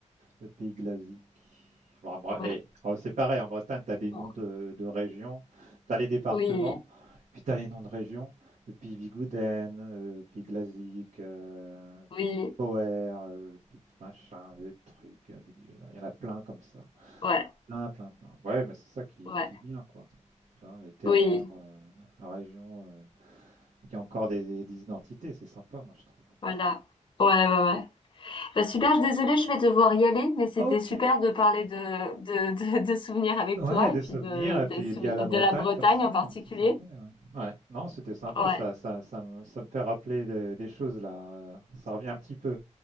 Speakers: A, on the right (about 80°); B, on the left (about 40°).
A: le pays glasique. Bon, bref,
B: ouais.
A: et- oh, c'est pareil, en Bretagne, tu as des
B: bon.
A: noms de, de régions, tu as les départements,
B: Oui,
A: puis tu as les noms de régions. Le pays Bigouden, euh, pays glasique, euh,
B: oui,
A: Poer, euh, puis machin, le truc, euh, bidule. Il y en a plein comme ça.
B: ouais,
A: Plein, plein, plein. Ouais, mais c'est ça qui,
B: ouais,
A: qui est bien, quoi. Tu vois, les terroirs,
B: oui.
A: euh, régions, euh, il y a encore des, des identités, c'est sympa, moi, je trouve.
B: Voilà. Ouais, ouais, ouais. Bah super, je désolée, je vais devoir y aller, mais c'était
A: Ok,
B: super de parler de, de, de, de souvenirs avec
A: ouais,
B: toi
A: des
B: et puis
A: souvenirs,
B: de,
A: et
B: de,
A: puis
B: souvi-
A: il y a la
B: de
A: Bretagne
B: la Bretagne
A: comme ça,
B: en particulier.
A: c'est sympa, ouais. Ouais, non, c'était sympa,
B: Ouais,
A: ça, ça, ça, me, ça me fait rappeler des des choses là, euh, ça revient un petit peu.